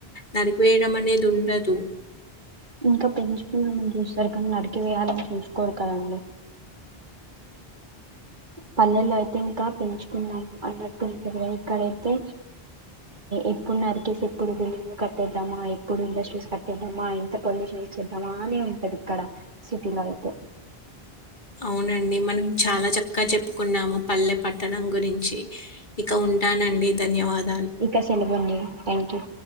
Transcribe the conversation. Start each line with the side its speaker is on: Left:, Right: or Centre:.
Left: నరికి వేయడం అనేది ఉండదు.
Right: ఇంకా పెంచుకునిన్నం చూస్తారు కానీ నడికి వేయాలని చూసుకోరు కదం పల్లెల్లో అయితే ఇంకా పెంచుకున్నాం అన్నట్టు ఉంటది ఇక్కడైతే ఎప్పుడు నరికేస్ ఎప్పుడు బిల్డింగ్లు కట్టేద్దామా ఎప్పుడు ఇండస్ట్రీస్ కట్టేద్దామా ఇంత పొల్యూషన్ ఇచ్చేద్దామా అనే ఉంటది ఇక్కడ సిటీలో అయితే
Left: అవునండి మనం చాలా చక్కగా చెప్పుకున్నాము పల్లె పట్టణం గురించి ఇక ఉంటా ంటానండి ధన్యవాద్
Right: ఇక సెలవు అండి థ్యాంక్ యూ